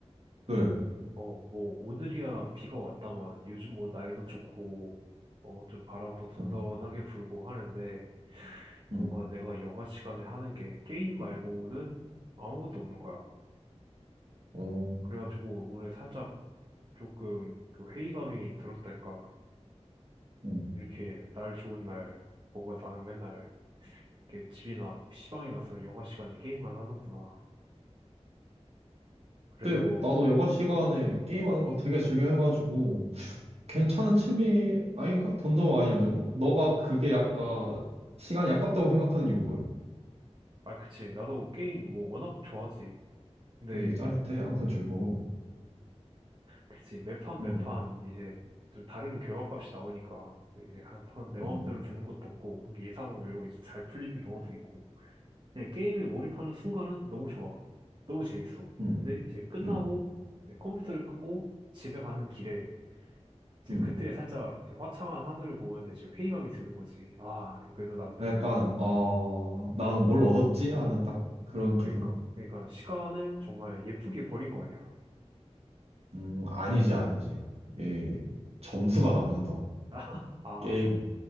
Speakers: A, on the right; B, on the right.
A: 그래.
B: 어, 뭐, 오늘이야 비가 왔다만, 요즘 뭐 날도 좋고, 어, 좀 바람도 선선하게
A: 응,
B: 불고 하는데,
A: 응,
B: 뭔가 내가 여가 시간에 하는 게 게임 말고는 아무것도 없는 거야.
A: 어,
B: 그래가지고 오늘 살짝 조금 그 회의감이 들었달까.
A: 응.
B: 이렇게 날 좋은 날, 뭔가 나는 맨날 이렇게 집이나 PC방에 가서 여가 시간에 게임만 하는구나. 그래서,
A: 근데 나도 여가 시간에 게임하는 걸 되게 즐겨 해가지고 괜찮은 취미 아닌가? 돈도 많이 안 들고? 너가 그게 약간 시간이 아깝다고 생각하는 이유 뭐야?
B: 아, 그치. 나도 게임 뭐 워낙 좋아하지. 근데,
A: 그지? 짜릿해. 항상 즐거워.
B: 그치. 매판 매판
A: 응,
B: 이제 좀 다른 결과값이 나오니까 이제 한, 내 마음대로
A: 응,
B: 되는 것도 없고 예상 외로 이제 잘 풀리는 경우도 있고. 네 게임에 몰입하는 순간은 너무 좋아. 너무 재밌어.
A: 응,
B: 근데 이제 끝나고
A: 응,
B: 이제 컴퓨터를 끄고 집에 가는 길에 이제
A: 응.
B: 그때 살짝 이제 화창한 하늘을 보면 이제 회의감이 드는 거지. 아, 그래도 남들은.
A: 약간 어 나는 뭘 얻었지? 하는 딱 그런
B: 그니까.
A: 기분?
B: 그니까 시간을 정말 예쁘게 버린 거 아니야.
A: 음, 아니지, 아니지. 이 점수가 남는다.
B: <laughs> 아,
A: 게임